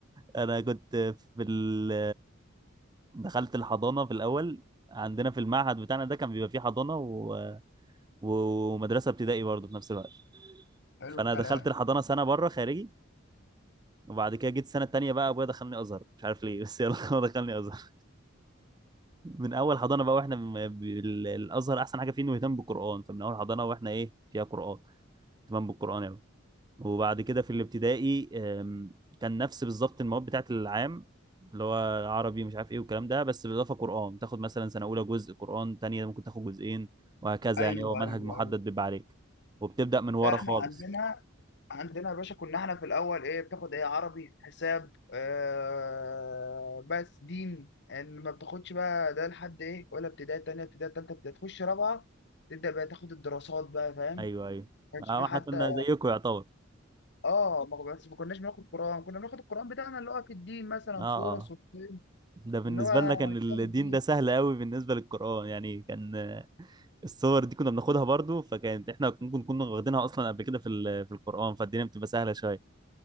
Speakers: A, on the right; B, on the left.
A: انا كنت في ال دخلت الحضانه في الاول عندنا في المعهد بتاعنا ده كان بيبقى فيه حضانه و... ومدرسه ابتدائي برضه في نفس الوقت
B: حلو
A: فانا
B: الكلام
A: دخلت الحضانه سنه بره خارجي وبعد كده جيت السنه التانيه بقى ابويا دخلني ازهر مش عارف ليه بس يلا <laughs> هو دخلني ازهر من اول حضانه بقى واحنا م- بال- الازهر احسن حاجه فيه انه يهتم بالقران فمن اول حضانه واحنا ايه فيها قران اهتمام بالقران يعني وبعد كده في الابتدائي آم، كان نفس بالظبط المواد بتاعت العام اللي هو عربي مش عارف ايه والكلام ده بس بالاضافه قران تاخد مثلا سنه اولى جزء قران تانية ممكن تاخد جزئين وهكذا
B: ايوه
A: يعني هو منهج
B: ايوه
A: محدد
B: ايوه
A: بيبقى عليك وبتبدا من ورا
B: لا احنا
A: خالص
B: عندنا عندنا يا باشا كنا احنا في الاول ايه بتاخد ايه عربي حساب آه بس دين يعني ما بتاخدش بقى ده لحد ايه ولا ابتدائي تانية ابتدائي تالتة ابتدائي تخش رابعة تبدأ بقى تاخد الدراسات بقى فاهم
A: ايوه
B: ما
A: ايوه
B: كانش
A: آه
B: في حتى
A: احنا كنا زيكم يعتبر
B: اه ما بس ما كناش بناخد قرآن كنا بناخد القرآن بتاعنا اللي هو في الدين مثلا
A: اه
B: سورة
A: اه
B: سورتين
A: ده بالنسبه
B: اللي هو
A: لنا كان الدين
B: كتاب الدين
A: ده سهل قوي بالنسبه للقران يعني كان الصور دي كنا بناخدها برضو فكانت احنا ممكن كنا واخدينها اصلا قبل كده في ال- في القران فالدنيا بتبقى سهله شويه